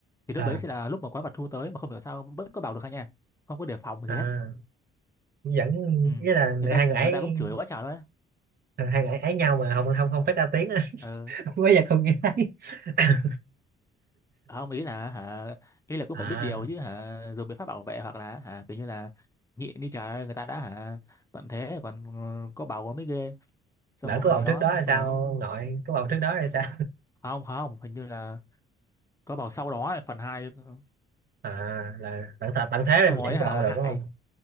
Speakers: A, on the left; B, on the right.
A: thì lúc
B: à,
A: đấy sẽ là lúc mà quái vật thu tới mà không hiểu sao vẫn có bầu được hả nha không có đề phòng
B: à,
A: gì hết
B: vẫn
A: ừ.
B: nghĩa là người
A: người ta
B: hai người
A: người
B: ấy
A: ta cũng chửi quá trời luôn á
B: ờ, hai
A: ừ.
B: người ấy, ấy nhau mà không không không phát ra tiếng á.
A: ờ.
B: <laughs> không có giờ không nghe thấy <laughs>
A: Ờ, không ý là hả ý là cũng
B: à
A: phải biết điều chứ hả dùng biện pháp bảo vệ hoặc là hả kiểu như là nhịn đi trời ơi, người ta đã hả tận thế còn ừ, có bầu mới ghê xong
B: lỡ
A: rồi
B: có bầu
A: đó
B: trước đó là sao
A: xong rồi mới-
B: ông nội có bầu trước đó là sao
A: à, không không hình như là có bầu sau đó ấy, phần hai ờ,
B: <laughs> à là tận thế tận thế rồi
A: xong
B: mà
A: rồi
B: vẫn
A: ấy
B: có
A: hả
B: bầu được
A: hại
B: đúng không